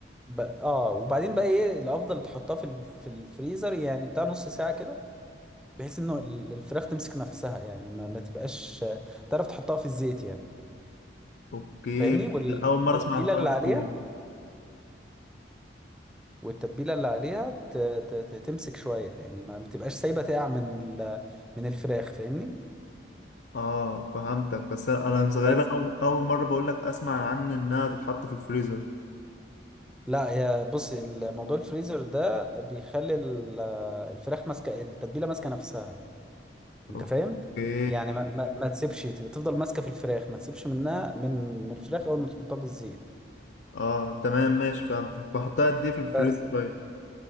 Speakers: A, in the centre; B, on the left.
A: ب... اه وبعدين بقى ايه الافضل تحطها في ال... في الفريزر يعني بتاع نص ساعه كده بحيث انه ال- الفراخ تمسك نفسها يعني ما, ما تبقاش تعرف تحطها في الزيت يعني
B: اوكي
A: فاهمني
B: بس
A: والتتبيله
B: اول مره اسمع عن حوار
A: اللي
B: الفريزر
A: عليها والتتبيله اللي عليها ت... ت... ت- تمسك شويه يعني ما, ما تبقاش سايبه تقع من ال... من الفراخ فاهمني
B: اه فهمتك بس انا بس غالبا
A: بس
B: اول اول مره بقول لك اسمع عن انها تتحط في الفريزر
A: لا يا بص الموضوع الفريزر ده بيخلي ال- الفراخ ماسكه التتبيله ماسكه نفسها انت
B: اوكي
A: فاهم يعني ما, ما, ما تسيبش تبقى تفضل ماسكه في الفراخ ما تسيبش منها من من الفراخ اول ما تحطها في الزيت
B: اه تمام ماشي فهمتك بحطها قد ايه في الفريزر
A: بس
B: طيب